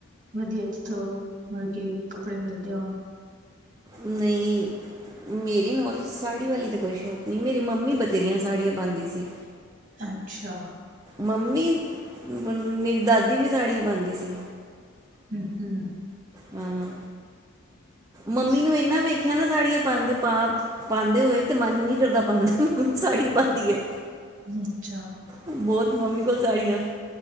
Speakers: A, on the right; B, on the right.
A: ਵਧੀਆ ਜਿੱਥੋਂ ਮਤਲਬ ਕੀ ਕੱਪੜੇ ਮਿਲਦੇ ਹੋਣ
B: ਨਹੀਂ ਮੇਰੀ ਨੌਲੇਜਚ ਸਾੜੀ ਵਾਲੀ ਤਾਂ ਕੋਈ ਸ਼ੌਕ ਨਹੀਂ ਮੇਰੀ ਮੰਮੀ ਬਥੇਰੀਆਂ ਸਾੜੀਆਂ ਪਾਉਂਦੀ ਸੀ
A: ਅੱਛਾ
B: ਮੰਮੀ ਮੇਰੀ ਦਾਦੀ ਵੀ ਸਾੜੀਆਂ ਪਾਉਂਦੀ ਸੀ
A: ਹਮ ਹਮ
B: ਹਾ ਮੰਮੀ ਨੂੰ ਇਨਾ ਵੇਖਿਆ ਨਾ ਸਾੜੀਆਂ ਪਾਉਦੇ ਪਾ ਪਾਉਂਦੇ ਹੋਏ ਤੇ ਮਨ ਹੀ ਨਹੀਂ ਕਰਦਾ ਪਾਉਂਦਾ ਮੰਮੀ ਸਾੜੀ ਪਾਉਂਦੀ ਹੈ
A: ਅੱਛਾ
B: ਬਹੁਤ ਮੰਮੀ ਕੋਲ ਸਾੜੀਆਂ